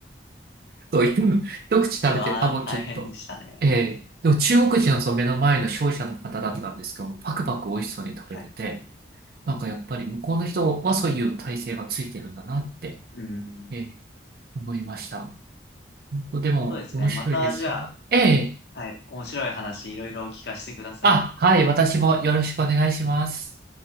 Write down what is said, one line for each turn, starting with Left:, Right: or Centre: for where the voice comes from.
Right: <laughs> そう、一一口食べて、
Left: それは大変でしたね。
Right: あ、もうちょっと。ええでも中国人のその目の前の商社の方だったんですけど、パクパク美味しそうに食べてて、
Left: はい。
Right: なんかやっぱり向こうの人はそういう体制がついてるんだなって、
Left: うん。
Right: ええ思いました。本当でも面白いですよね。
Left: そうですね。また、じゃあ、
Right: ええ
Left: はい。面白い話いろいろ聞かせてください。
Right: あ、はい、私もよろしくお願いします。